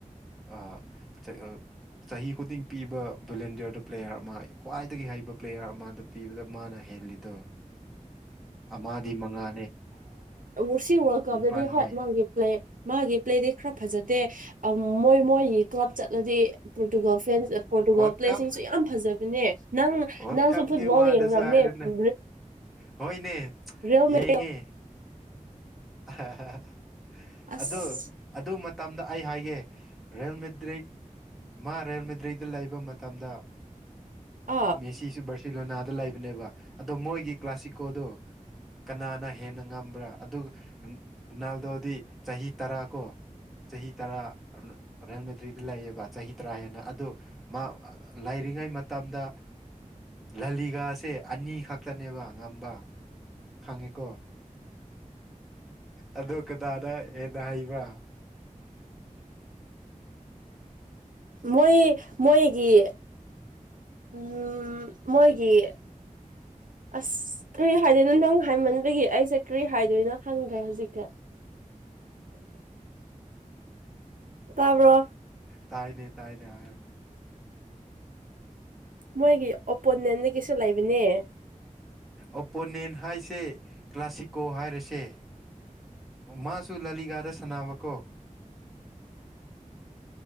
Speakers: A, in the centre; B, on the right (about 75°).
A: ꯑ ꯆ <inaudible> ꯆꯍꯤ ꯈꯨꯗꯤꯡ ꯄꯤꯕ ꯚꯂꯦꯟꯗꯤꯌꯔꯗ ꯄ꯭ꯂꯦꯌꯥꯔ ꯑꯃ ꯈ꯭ꯋꯥꯏꯗꯒꯤ ꯍꯩꯕ ꯄ꯭ꯂꯦꯌꯥꯔ ꯑꯃꯗ ꯄꯤꯕꯗ ꯃꯥꯅ ꯍꯩ ꯍꯦꯜꯂꯤꯗꯣ ꯑꯃꯗꯤ ꯃꯉꯥ
B: ꯑꯁꯤ ꯋꯥꯔꯜ ꯀꯞꯗꯗꯤ
A: ꯅꯤꯄꯥꯜꯅꯦ
B: ꯍꯣꯏ ꯃꯥꯒꯤ ꯄ꯭ꯂꯦ ꯃꯥꯒꯤ ꯄ꯭ꯂꯦꯗꯤ ꯈꯔ ꯐꯖꯗꯦ ꯃꯣꯏ ꯃꯣꯏꯒꯤ ꯀ꯭ꯂꯕ ꯆꯠꯂꯗꯤ Portugal fans Portugal
A: world
B: ꯄ꯭ꯂꯦꯁꯤꯡꯁꯨ
A: cup
B: ꯌꯥꯝ ꯐꯖꯕꯅꯦ ꯅꯪ
A: ꯋꯥꯔꯜ
B: ꯅꯪꯁꯨ
A: ꯀꯞꯀꯤ
B: ꯐꯨꯠꯕꯣꯜ
A: ꯋꯥꯗꯁꯨ
B: ꯌꯦꯡꯔꯝꯅꯦ
A: ꯍꯥꯏꯔꯅꯦ
B: ꯎ
A: ꯍꯣꯏꯅꯦ
B: ꯔꯣ ꯃꯣ
A: ꯌꯦꯡꯉꯦ <inaudible>
B: ꯑꯁ
A: ꯑꯗꯨ ꯑꯗꯨ ꯃꯇꯝꯗ ꯑꯩ ꯍꯥꯏꯒꯦ ꯔꯌꯦꯜ ꯃꯦꯗ꯭ꯔꯤꯛ ꯃꯥ ꯔꯦꯜ ꯃꯗ꯭ꯔꯔꯤꯗ ꯂꯩꯕ ꯃꯇꯝꯗ
B: ꯑꯥ
A: ꯃꯦꯁꯤꯁꯨ ꯕꯔꯁꯤ ꯁꯤꯔꯤꯂꯣꯅꯥꯗ ꯂꯩꯕꯅꯦꯕ ꯑꯗꯣ ꯃꯣꯏꯒꯤ ꯀ꯭ꯂꯥꯁꯤꯀꯣꯗꯣ ꯀꯅꯥꯅ ꯍꯦꯟꯅ ꯉ ꯭ꯔ ꯑꯗꯨꯒꯅꯥꯜꯗꯣꯗꯤ ꯆꯍꯤ ꯇꯔꯥ ꯀꯣ ꯆꯍꯤ ꯇꯔꯥ ꯔꯦꯜꯕꯗ꯭ꯔꯤꯗ ꯂꯩꯌꯦꯕ ꯆꯍꯤ ꯇꯔꯥ ꯍꯦꯟꯅ ꯑꯗꯨ ꯃꯥ ꯂꯩꯥꯏꯔꯤꯉꯩ ꯃꯇꯝꯗ ꯂꯂꯤꯒꯥꯁꯦ ꯑꯅꯤ ꯈꯛꯇꯅꯦꯕ ꯉꯝꯕ ꯈꯪꯉꯤ ꯀꯣ ꯑꯗꯣ ꯀꯅꯥꯅ ꯍꯦꯟꯅ ꯍꯩꯕ꯭ꯔꯥ
B: ꯃꯣꯏ ꯃꯣꯏꯒꯤ ꯎꯝ ꯃꯣꯏꯒꯤ
A: <unintelligible>
B: ꯑꯁ ꯀꯔꯤ ꯍꯥꯏꯗꯣꯏ ꯅꯊꯪ ꯍꯥꯏꯃꯟꯕꯒꯤ ꯑꯩꯁꯦ ꯀꯔꯤ ꯍꯥꯏꯗꯣꯏꯅꯣ ꯈꯪꯗꯦ ꯍꯧꯖꯤꯛꯗꯤ <inaudible> ꯇꯥꯕ꯭ꯔꯣ
A: ꯇꯥꯏꯅꯦ ꯇꯥꯏꯅꯦ ꯍꯥꯏꯌꯣ
B: ꯃꯣꯏꯒꯤ ꯑꯣꯄꯣꯅꯟꯅ ꯀꯩꯁꯨ ꯂꯩꯕꯅꯦ
A: ꯑꯣꯄꯣꯅꯦꯟ ꯍꯥꯏꯁꯦ ꯀ꯭ꯂꯥꯁꯤꯀꯣ ꯍꯥꯏꯔꯁꯦ ꯃꯥꯁꯨ ꯂꯥꯂꯤꯒꯥꯗ ꯁꯅꯕꯀꯣ <inaudible>